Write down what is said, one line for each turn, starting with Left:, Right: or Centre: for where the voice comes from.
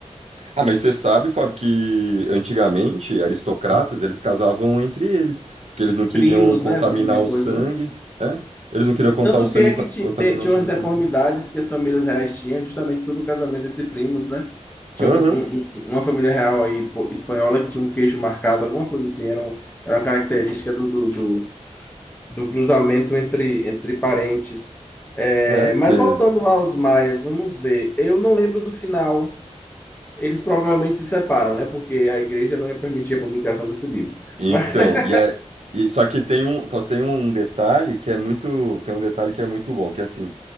Right: Ah, mas você sabe, Fábio, que antigamente aristocratas eles casavam entre eles, porque eles não queriam
Left: primos,
Right: contaminar
Left: né? Esse tipo de
Right: o
Left: coisa,
Right: sangue,
Left: né?
Right: né? Eles não queriam contar
Left: Tanto
Right: o sangue,
Left: que é que
Right: fa- contaminar
Left: ti- te- tinham
Right: o sangue
Left: as deformidades
Right: familiar.
Left: que as famílias reais tinham, justamente pelo casamento entre primos, né? Tinha
Right: Aham,
Left: um- um- um- uma família real aí, pô, espanhola que tinha um queixo marcado, alguma coisa assim, era, um- era uma característica do, do, do- do cruzamento entre, entre parentes. É,
Right: É, porque
Left: mas voltando lá aos maias, vamos ver. Eu não lembro do final. Eles provavelmente se separam, né? Porque a igreja não ia permitir a publicação desse livro.
Right: Então,
Left: Mas, <laughs>
Right: e, a, e só que tem um, só tem um detalhe que é muito, tem um detalhe que é muito bom, que é assim,